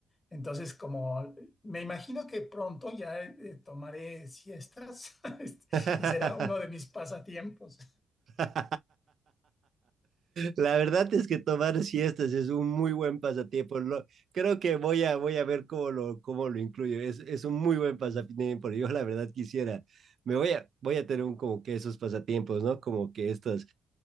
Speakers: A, on the left; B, on the right.
A: Entonces, como me imagino que pronto ya eh, tomaré siestas <laughs> este,
B: <laughs>
A: y será uno de mis pasatiempos.
B: <laughs> La verdad es que tomar siestas es un muy buen pasatiempo. Lo- creo que voy a, voy a ver cómo lo, cómo lo incluyo. Es, es un muy buen pasatiempo. Yo la verdad quisiera, me voy a, voy a tener un, como que esos pasatiempos, ¿no? Como que estas